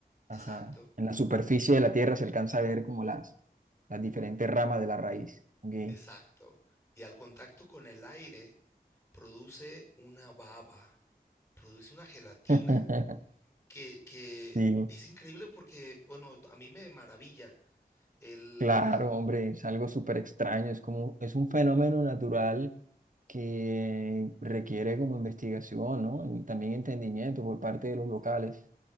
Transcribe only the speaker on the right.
Ajá.
En la superficie de la tierra se alcanza a ver como las, las diferentes ramas de la raíz. Ok.
<laughs>
Sí.
Claro,
hombre, es algo súper extraño, es como, es un fenómeno natural que requiere como investigación, ¿no? Y también entendimiento por parte de los locales.